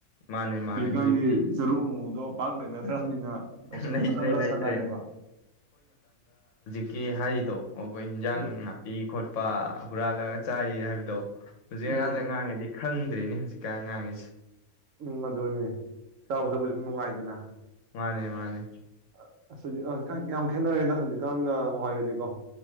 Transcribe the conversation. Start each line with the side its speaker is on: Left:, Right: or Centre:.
Left: ꯃꯥꯅꯦ ꯃꯥꯅꯦ
Right: ꯍꯨꯖꯤꯛꯀꯥꯟꯗꯤ
Left: ꯍꯧꯖꯤꯛꯇꯤ
Right: ꯆꯔꯨ ꯒꯨꯝꯕꯗꯣ ꯄꯥꯛ ꯂꯩꯅꯗ꯭ꯔꯕꯅꯤꯅ ꯌꯥꯎꯁꯪꯁꯦ
Left: ꯂꯩꯇ꯭ꯔꯦ
Right: ꯃꯆꯥ ꯃꯆꯥ
Left: ꯂꯩꯇ꯭ꯔꯦ
Right: ꯁꯥꯟꯅꯔꯦꯕ꯫
Left: ꯀꯦ ꯍꯥꯏꯔꯤꯗꯣ꯫ ꯑꯣꯕꯩ ꯍꯤꯟꯖꯥꯡ
Right: ꯎꯝ
Left: ꯅꯥꯄꯤ ꯈꯣꯠ ꯅꯨꯄꯥ ꯍꯨꯔꯥꯜꯂꯒ ꯆꯥꯔꯤ ꯍꯥꯏꯕꯗꯣ꯫ ꯍꯧꯖꯤꯛ
Right: ꯎꯝ
Left: <unintelligible> ꯑꯉꯥꯡꯒꯩꯗꯤ ꯈꯟ ꯗ꯭ꯔꯦꯅꯦ ꯍꯧꯖꯤꯛꯀꯥꯟ ꯑꯉꯥꯡꯒꯩꯁꯦ꯫
Right: ꯎꯝ ꯑꯗꯨꯅꯤ ꯆꯥꯕ ꯊꯛꯄꯁꯨ ꯗꯨꯝ ꯅꯨꯡꯉꯥꯏꯗꯅ꯫
Left: ꯃꯥꯅꯦ ꯃꯥꯅꯦ꯫
Right: ꯑ ꯑꯁꯤꯗꯤ ꯑ ꯈꯪ ꯌꯥꯝ ꯈꯦꯠꯅꯔꯦꯗ ꯍꯧꯖꯤꯛꯀꯥꯟꯒ ꯅꯍꯥꯋꯥꯏꯒꯗꯤꯀꯣ꯫